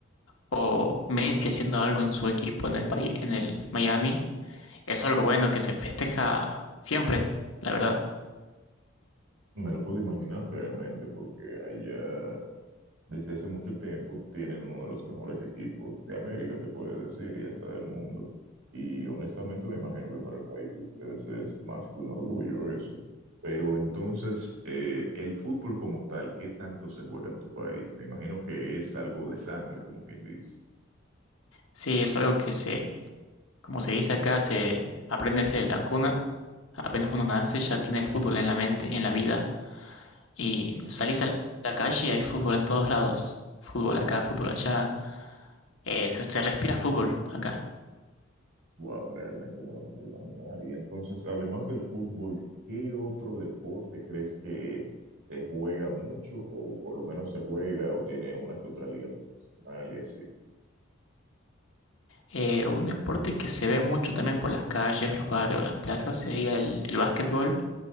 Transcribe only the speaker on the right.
Me lo puedo imaginar realmente porque allá... desde hace mucho tiempo tienen uno de los mejores equipos de América, se puede decir, y hasta del mundo. Y honestamente me imagino que para el país de ustedes es más que un orgullo eso. Pero entonces, eh, el fútbol como tal, ¿qué tanto se juega en tu país? Me imagino que es algo de sangre, como quien dice.
Wow, realmente no lo puedo imaginar. Y entonces, además del fútbol, ¿qué otro deporte crees que se juega mucho o por lo menos se juega o tiene una que otra liga profesional y así?